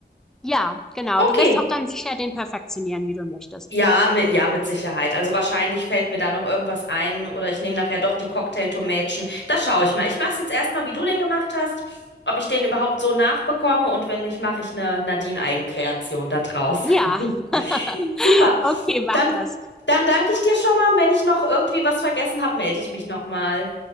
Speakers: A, in the centre; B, on the left (about 90°).
A: Ja, genau.
B: Okay,
A: Du wirst auch dann sicher den perfektionieren, wie du möchtest.
B: Ja, mit, ja, mit Sicherheit. Also wahrscheinlich fällt mir da noch irgendwas ein oder ich nehme nachher doch die Cocktailtomätchen. Da schaue ich mal. Ich mache es jetzt erstmal, wie du den gemacht hast, ob ich den überhaupt so nachbekomme und wenn nicht, mache ich eine Nadine-Eigenkreation da draus.
A: Ja.
B: <laughs>
A: <laughs>
B: Super.
A: Okay, mach
B: Dann,
A: das.
B: dann danke ich dir schon mal und wenn ich noch irgendwie was vergessen habe, melde ich mich nochmal.